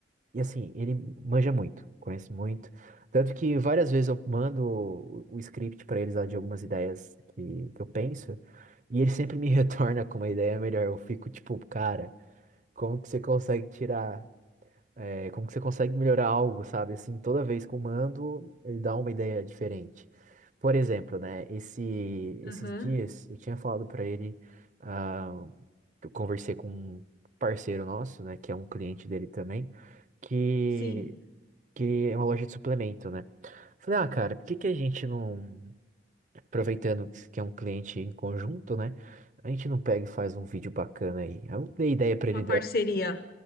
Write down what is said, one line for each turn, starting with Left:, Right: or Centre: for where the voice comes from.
Right: e assim, ele manja muito, conhece muito. Tanto que várias vezes eu mando o, o script para eles lá de algumas ideias que, que eu penso, e ele sempre me <laughs> retorna com uma ideia melhor. Eu fico tipo, cara, como que você consegue tirar, é, como que você consegue melhorar algo, sabe? Assim, toda vez que eu mando, ele dá uma ideia diferente. Por exemplo, né, esse, esses
Left: Aham.
Right: dias eu tinha falado para ele. ah, que eu conversei com um parceiro nosso, né, que é um cliente dele também, que,
Left: Sim,
Right: que é uma loja de suplemento, né? Falei, ah, cara, por que que a gente não, aproveitando que é um cliente em conjunto, né? A gente não pega e faz um vídeo bacana aí. Aí Eu dei ideia pra
Left: uma
Right: ele da.
Left: parceria.